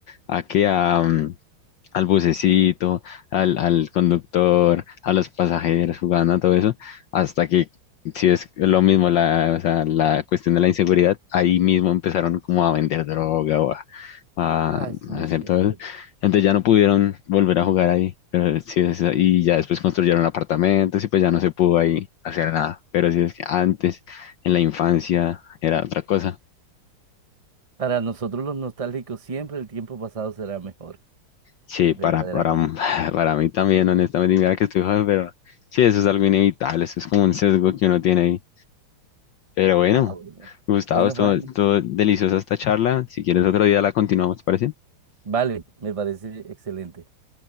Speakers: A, on the left (about 65°); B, on the right (about 50°).
A: a que a, mm, al bucecito, al, al conductor, a los pasajeros jugando a todo eso, hasta que, si es lo mismo, la, o sea, la cuestión de la inseguridad, ahí mismo empezaron como a vender droga o a, a-
B: Ay, sí,
A: hacer
B: siempre.
A: todo eso. Entonces ya no pudieron volver a jugar ahí, pero sí es- y ya después construyeron apartamentos y pues ya no se pudo ahí hacer nada, pero sí es que antes, en la infancia, era otra cosa.
B: Para nosotros los nostálgicos, siempre el tiempo pasado será mejor,
A: Sí,
B: verdaderamente.
A: para, para, <sighs> <laughs> para mí también, honestamente, y mira que estoy joven, pero sí, eso es algo inevitable, eso es como un sesgo que uno tiene ahí. Pero bueno,
B: Ah, bueno.
A: Gustavo,
B: Bueno,
A: estuvo,
B: Juan,
A: estuvo deliciosa esta charla. Si quieres otro día la continuamos, ¿te parece?
B: vale, me parece excelente.